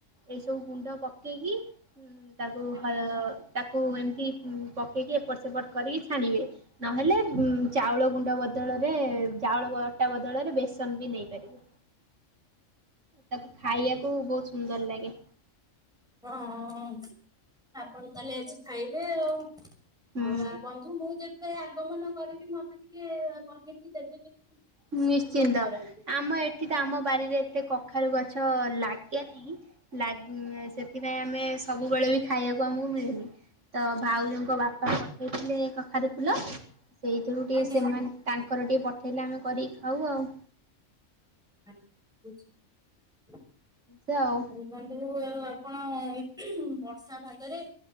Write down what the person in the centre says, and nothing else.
ଆଜ୍ଞା
ହଁ ଅଁ ଆପଣ ତାହାଲେ ଆଜି ଖାଇବେ ଆଉ
ହଉ ଆ ବନ୍ଧୁ ମୁଁ ଯେତେ ଆଗମନ କରିବି ମତେ ଟିକେ ବନେଇକି ଦେବେ ଯଦି ଖୁସି
ଅନୁଭବ କରନ୍ତି।
ଆଜ୍ଞା
ଆଜ୍ଞା।
<unintelligible>
<inaudible> ଆପଣ ବର୍ଷା ପାଗରେ